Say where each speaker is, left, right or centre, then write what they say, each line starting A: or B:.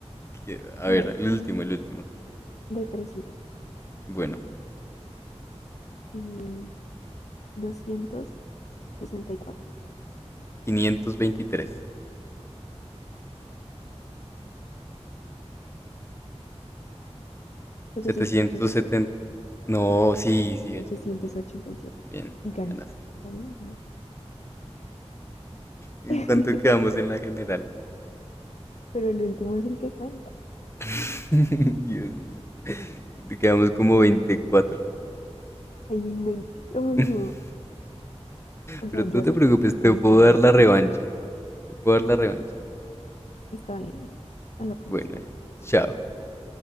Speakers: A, on the left (about 25°); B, on the left (about 80°).
A: Que- A
B: A
A: ver,
B: ver,
A: el último, el último.
B: de tres cifras.
A: Bueno,
B: mm, doscientos sesenta y cuatro,
A: quinientos veintitrés,
B: setecientos
A: setecientos
B: ochenta y siete
A: 770. No, sí, sí,
B: setecientos
A: ochenta Bien,
B: ochenta y siete.
A: bien,
B: gané,
A: ganaste.
B: gané. gané.
A: ¿En
B: <laughs>
A: cuánto quedamos en la general?
B: Pero el último es el que cuenta.
A: <laughs> Dios mío. Te Quedamos como 24.
B: ¡Ay, mentiroso!
A: <laughs>
B: O
A: Pero
B: sea,
A: tú
B: yo
A: no
B: acepto
A: te preocupes,
B: que esta
A: te
B: vez
A: puedo
B: ganaste.
A: dar la revancha. Te puedo dar la revancha.
B: Está bien. A la próxima.
A: Bueno, chao.